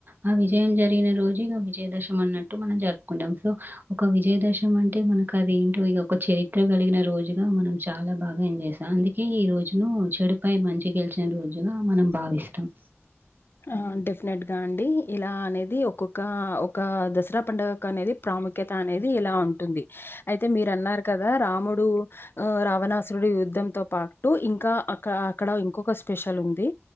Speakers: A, on the right (about 45°); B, on the left (about 55°).
A: ఆ విజయం జరిగిన రోజు ఇగా, విజయదశమీ అన్నట్టు, మనం జరుపుకుంటాం. సో ఒక విజయదశం అంటే మనం, ఇంకా అదేంటో ఇగా, ఒక చరిత్ర గలిగిన రోజుగా మనం చాలా బాగా ఎంజేసం. అందుకే ఈ రోజును చెడుపై, మంచి గెలిచిన రోజుగా మనం భావిస్తాం.
B: ఆ డెఫినెట్ గా అండి. ఇలా అనేది ఒక్కొక్క ఒక దసరా పండగకు అనేది ప్రాముక్ ఖ్యత అనేది ఇలా ఉంటుంది. అయితే మీర్ అన్నార్ కదా రాముడు, ఆ రావణాసురుడు యు ద్ధం తో పాటు ఇంకా అక్కడ, అక్కడ ఇంకొక స్పెషల్ ఉంది.